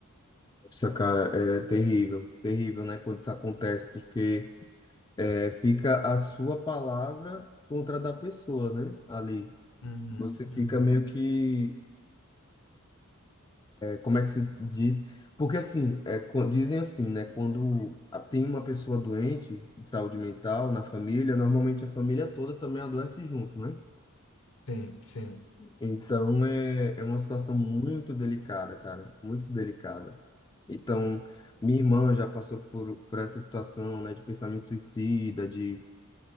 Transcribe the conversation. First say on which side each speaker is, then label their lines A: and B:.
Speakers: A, on the left (about 20°); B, on the left (about 65°).
A: Nossa, cara, é terrível, terrível, né, quando isso acontece, porque é, fica a sua palavra contra a da pessoa, né, ali.
B: Uhum,
A: Você fica
B: uhum.
A: meio que Como é que se diz? Porque assim, é, quan- dizem assim, né? Quando a- tem uma pessoa doente de saúde mental na família, normalmente a família toda também adoece junto, né?
B: Sim, sim.
A: Então é, é uma situação muito delicada, cara, muito delicada. Então, minha irmã já passou por, por essa situação, né, de pensamento suicida, de